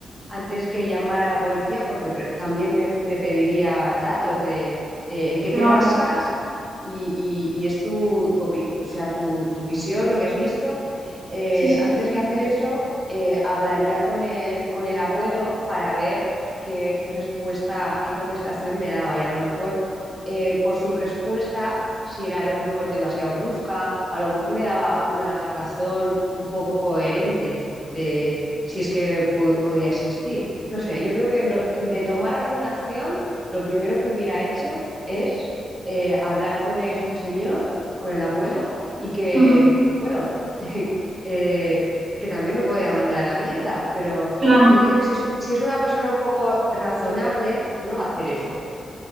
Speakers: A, in the centre; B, on the right (about 65°).
A: antes que llamar a la policía, porque pre- también me, me pediría datos de eh, en qué
B: claro.
A: te basas y, y- y es tu, tu, opi- o sea, tu, tu visión, lo que has visto. Eh,
B: Sí, sí,
A: antes
B: sí, sí,
A: que hacer
B: sí, sí,
A: eso, eh, hablaría con el, con el abuelo para ver qué, qué respuesta, qué contestación me daba. Y a lo mejor eh, por su respuesta si era a lo mejor demasiado brusca o a lo mejor me daba una razón un poco coherente de si es que po- podía existir. No sé, yo creo que lo, de tomar alguna acción, lo primero que hubiera hecho es eh, hablar con este señor, con el abuelo, y que,
B: Ujú.
A: bueno, <laughs> eh, que también me podía mandar a la mierda, pero
B: claro,
A: yo creo que si, es- si es una persona un poco razonable, no va a hacer eso